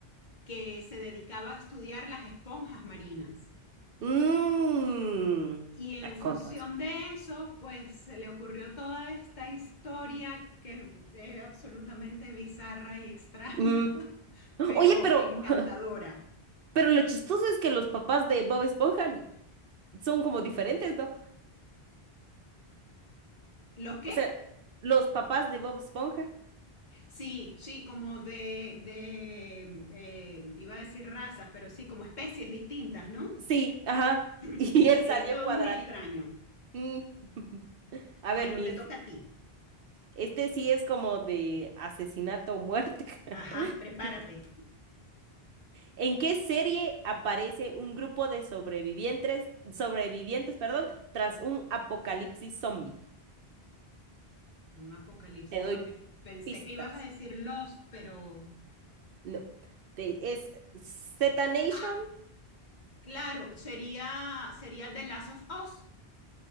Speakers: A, on the left (about 45°); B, on the right (about 65°).
A: que se dedicaba a estudiar las esponjas marinas.
B: Mm.
A: Y en
B: Ay,
A: función
B: con razón.
A: de eso, pues se le ocurrió toda esta historia que es absolutamente bizarra y extraña,
B: Mm.
A: <laughs> pero
B: Oye, pero,
A: encantadora.
B: <laughs> pero lo chistoso es que los papás de Bob Esponja son como diferentes, ¿no?
A: ¿Lo qué?
B: O sea, los papás de Bob Esponja.
A: Sí, sí, como de, de eh, iba a decir razas, pero sí, como especies distintas, ¿no?
B: Sí, ajá.
A: <clears throat>
B: <laughs> Y
A: Sí,
B: él
A: sí,
B: salió
A: es todo
B: cuadradito.
A: muy extraño.
B: Mm. <laughs> A
A: Bueno,
B: ver, mi,
A: te toca
B: sí.
A: a ti.
B: este sí es como de asesinato o muerte. <laughs>
A: Ajá, prepárate.
B: ¿En qué serie aparece un grupo de sobrevivientes, sobrevivientes, perdón, tras un apocalipsis zombie?
A: Un apocalipsis
B: Te doy
A: zombie. Pensé
B: pistas.
A: que ibas a decir Lost, pero...
B: No. Te- ¿es Z Nation?
A: Ah, claro, sería, sería The Last of Us.